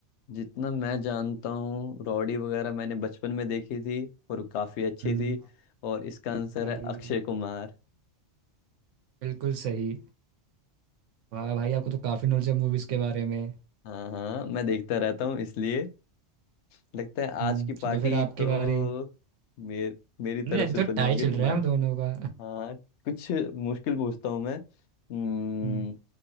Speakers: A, on the left (about 75°); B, on the right (about 85°).
A: जितना मैं जानता हूँ रॉडी वगैरह मैंने बचपन में देखी थी और काफी अच्छी
B: Hmm
A: थी और इसका आंसर
B: Khiladi
A: है अक्षय
B: भी
A: कुमार
B: बिल्कुल सही वाह भाई आपको तो काफी नॉलेज है मूवीज के बारे में
A: हाँ हाँ मैं देखता रहता हूँ इसलिए लगता है
B: हम्म
A: आज की पार्टी
B: चलो फिर आपकी
A: तो
B: बारी
A: मेर, मेरी तरफ
B: नहीं अभी
A: से
B: तो
A: तो नहीं
B: टाई
A: होगी
B: चल
A: तुम्हारी
B: रहा है हम दोनों का
A: हाँ कुछ मुश्किल पूछता हूँ मैं हम्म,
B: <laughs> हम्म